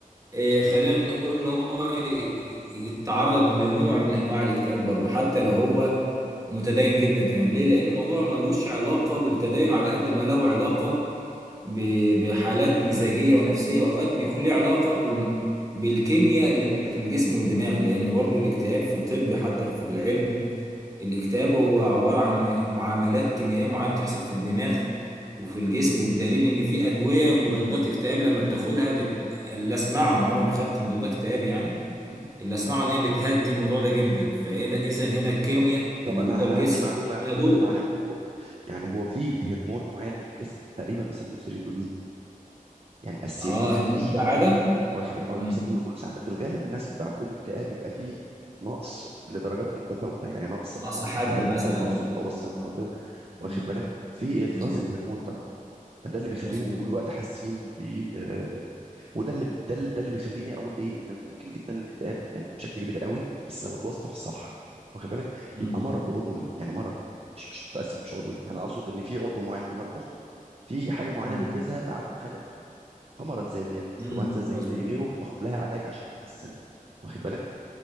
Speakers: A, on the right (about 25°); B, on the right (about 45°).
A: آه، خلينا نقول ان هو ي- يتعرض لنوع من انواع الاكتئاب برضه حتى لو هو متدين جدا كمان ليه لان الموضوع ملوش علاقه بالتدين على قد ما له علاقه ب- بحالات مزاجيه ونفسيه واوقات بيكون ليه علاقه بم- بالكيمياء اللي في الجسم والدماغ لان برضو الاكتئاب في الطب حتى في العلم الاكتئاب هو عباره عن معاملات كيميائيه معينه بتحصل في الدماغ وفي الجسم وبدليل ان في ادويه مضادات اكتئاب لما بتاخدها بت... لا اسمعوا انا عمري ما خدت مضادات اكتئاب يعني
B: م- م- م.
A: اللي اسمعه ان هي بتهدي الموضوع ده جدا فهنا اذا هنا الكيمياء
B: طب طب
A: اللي
B: انا
A: جوه
B: انا
A: الجسم
B: عندي معلومه
A: ليها دور
B: معلومه عن النقطه دي يعني هو في هرمون معين من الجسم تقريبا بيسموه سيروتونين يعني السيروتونين
A: اه هرمون السعاده
B: واخد بالك؟ اه اللي
A: امم
B: بيسموه هرمون السعاده في الغالب الناس اللي بقى عندهم اكتئاب بيبقى فيه نقص لدرجات متفاوته يعني نقص
A: ناقص
B: او نقص
A: حد
B: حاد
A: مثلا
B: او نقص
A: او
B: متوسط
A: كده آه.
B: او كده واخد
A: مم.
B: بالك في افراز
A: مظبوط
B: الهرمون ده فده اللي بيخليهم
A: مظبوط
B: طول الوقت حاسين ب آه، وده اللي ده, اللي- ده اللي بيخليني اقول ايه ان ممكن جدا الاكتئاب يعني بشكل كبير قوي بس لو اتوصف صح واخد بالك
A: امم
B: يبقى مرض عضوي يعني مرض مش مش متاسف مش عضوي يعني اقصد ان في عضو معين اللي هو المخ في حاجه معينه
A: امم
B: بيفرزها فعنده خلل فيه فمرض زيه زي الانفلونزا
A: امم
B: زيه
A: مظبوط
B: زي غيره باخد لها علاج عشان احسن واخد بالك